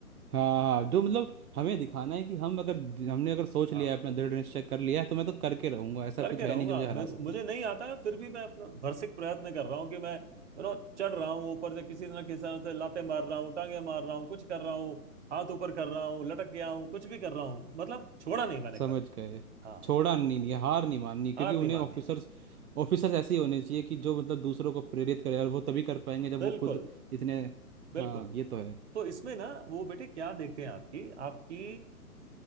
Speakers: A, on the right (about 70°); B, on the right (about 50°).
A: हाँ हाँ जो मतलब हमें दिखाना है कि हम अगर हमने अगर सोच
B: हाँ
A: लिया है अपना दृढ़ निश्चय कर लिया है तो मैं तो करके रहूंगा ऐसा
B: करके
A: कुछ है
B: रहूंगा
A: नहीं जो मुझे
B: मुझे
A: हरा सके
B: मुझे नहीं आता है फिर भी मैं अपना भरसक प्रयत्न कर रहा हूँ कि मैं यू नो चढ़ रहा हूँ ऊपर से किसी ना किसी तरह से लाते मार रहा हूँ टांगे मार रहा हूँ कुछ कर रहा हूँ हाथ ऊपर कर रहा हूँ लटक गया हूँ कुछ भी कर रहा हूँ मतलब छोड़ा नहीं मैंने
A: समझ
B: कभी
A: गए
B: हाँ
A: छोड़ा नहीं नहीं हार नहीं माननी क्योंकि
B: हार
A: उन्हें
B: नहीं माननी
A: ऑफिसर्स
B: है
A: ऑफिसर्स ऐसे ही होने चाहिए कि जो मतलब दूसरों को प्रेरित करे और वो तभी कर पाएंगे जब
B: बिल्कुल
A: वो खुद इतने
B: बिल्कुल
A: हाँ ये तो है
B: तो इसमें ना वो बेटे क्या देखते हैं आपकी आपकी